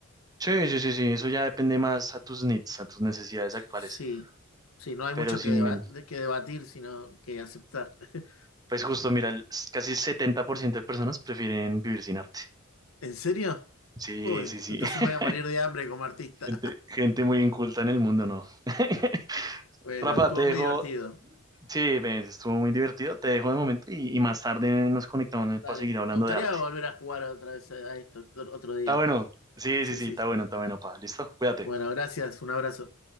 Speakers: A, on the right (about 20°); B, on the left (about 85°).
A: Sí, sí, sí, sí, eso ya depende más a tus needs, a tus necesidades actuales.
B: Sí, sí, no hay
A: Pero
B: mucho
A: sí,
B: que, deba-
A: men,
B: de- que debatir, sino que aceptar. <laughs>
A: pues justo, mira, el- casi 70% de personas prefieren vivir sin arte.
B: ¿En serio?
A: Sí,
B: Uy,
A: sí, sí.
B: entonces
A: <laughs>
B: me voy a morir de hambre como artista.
A: Gente, gente
B: <laughs>
A: muy inculta en el mundo, ¿no? <laughs>
B: Bueno,
A: Rafa,
B: estuvo
A: te dejo.
B: muy divertido.
A: Sí, ven, estuvo muy divertido. Te dejo de momento y, y más tarde nos conectamos
B: Dale,
A: para seguir hablando
B: me gustaría
A: de arte.
B: volver a jugar otra vez a esto otro otro día.
A: Está bueno. Sí,
B: Sí,
A: sí, sí,
B: sí.
A: está bueno, está bueno, pa. Listo, cuídate.
B: Bueno, gracias, un abrazo.